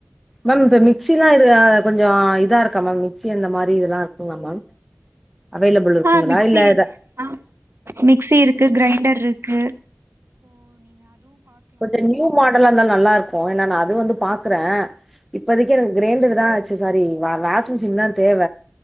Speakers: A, in the centre; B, on the right.
A: ma'am இப்ப மிக்சிலா இது கொஞ்சோ இதா இருக்கா மேம் மிக்ஸி அந்த மாரி இதுல்லா இருக்குங்ளா மேம் மேம் அவைலபிள் இருக்குங்களா
B: ஆ மிக்ஸி
A: இல்ல இத
B: ஆ மிக்ஸிருக்கு கிரைண்டருக்கு
A: ஒத்துரு நியூ மாடல்லா இருந்தா நல்லா இருக்கு ஏன்னா நா அதுவு வந்து பாக்குற இப்போதைக்கி எனக்கு கிரைண்டர் தா ச்சு சாரி வா வாஷிங் மிஷின் தா தேவ